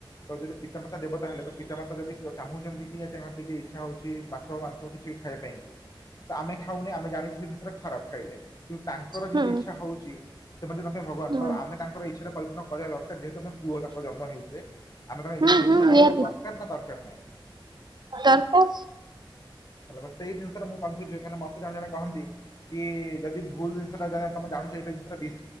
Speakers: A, on the left; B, on the right.
A: ତ ଯଦି ପିତାମାତା ଦେବତା ହେଲେ ତ ପିତାମାତା ଯଦି ଚାହୁଁଛନ୍ତି କି ଯେ ତାଙ୍କର ଟିକେ ଇଚ୍ଛା ହଉଛି ମାଛ ମାଂସ କିଛି ଖାଇବା ପାଇଁ କି ତ ଆମେ ଖାଉନି ଆମେ ଜାଣିଛ ସେ ଜିନିଷଟା ଖରାପ ଖାଇଲେ କିନ୍ତୁ ତାଙ୍କର ଯେହେତୁ
B: ହୁଁ
A: ଇଚ୍ଛା ହଉଛି ସେମାନେ ଯ ତମେ ଭଗବାନ
B: ହୁଁ
A: ତ ଆମେ ତାଙ୍କର ଇଚ୍ଛା ପରିପୂର୍ଣ୍ଣ କରିବା ଦରକାର ଯେହେତୁ, ଆମେ ତାଙ୍କ ପୁଅ ଜନ୍ମ ହେଇଛେ, ଆମେ ତାଙ୍କ ଇଚ୍ଛା
B: ହୁଁ
A: ପରିପୂର୍ଣ
B: ହୁଁ
A: କରିବା
B: ନିହାତି
A: ଦରକାର କର ନା ଦରକାର ନାହିଁ?
B: ଦରକାର।
A: ହେଲା ବା ସେଇ ଜିନିଷରେ ମୁଁ କନଫ୍ୟୁଜ୍, କାହିଁକି ନା ମତେ ଜଣ ଜଣ କହନ୍ତି କି ଯଦି ଭୁଲ୍ ଜିନିଷଟା ତମେ ଜାଣୁଛ ଏଇ ଜିନିଷଟା ବିଷ